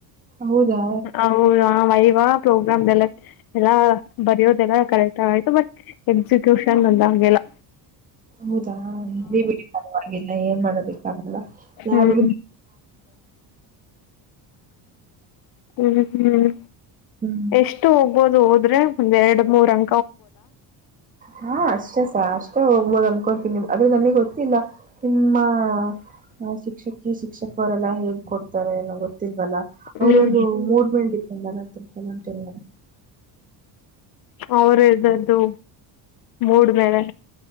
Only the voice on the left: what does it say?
ಹದಾ ವೈವಾ ಪ್ರೋಗ್ರಾಮ್ ಎಲ್ಲ ಎಲ್ಲ ಬರೆಯೋದೆಲ್ಲ ಕರೆಕ್ಟ್ ಆಗಯ್ತು ಬಟ್ ಎಕ್ಸಿಕ್ಯೂಷನ್ ಒಂದೆಲ್ಲ
ಹ್ಮ್
ಹ್ಮ್ ಹ್ಮ್
ಎಷ್ಟು ಹೋಗ್ಬೋದು ಹೋದ್ರೆ ಒಂದ ಎರಡು ಮೂರಕ
ಹ್ಮ್
ಅವ್ರ ಇದ್ದದ್ದು ಮೂಡ್ ಮೇಲೆ